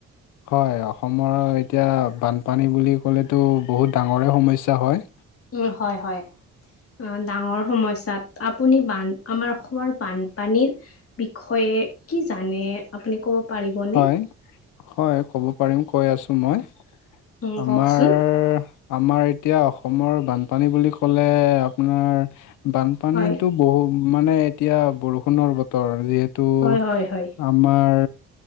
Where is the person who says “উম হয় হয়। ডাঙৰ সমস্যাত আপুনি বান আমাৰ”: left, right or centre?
Left